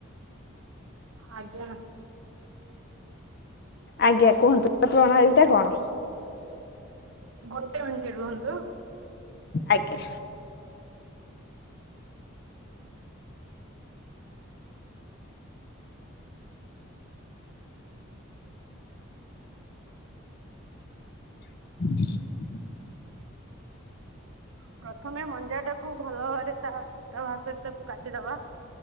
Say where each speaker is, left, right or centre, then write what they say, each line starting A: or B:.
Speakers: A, on the right; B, on the left.
A: ଆଜ୍ଞା।
B: ଆଜ୍ଞା କୁହନ୍ତୁ ତ। ପ୍ରଣାଳୀ ଟା କଣ?
A: ଗୋଟେ ମିନିଟ୍ ରୁହନ୍ତୁ।
B: ଆଜ୍ଞା। <inaudible>
A: ପ୍ରଥମେ ମଞ୍ଜା ଟାକୁ ଭଲ ଭାବରେ ତା ସୂତା ବାହାର କରି ତାକୁ କାଟିଦବା।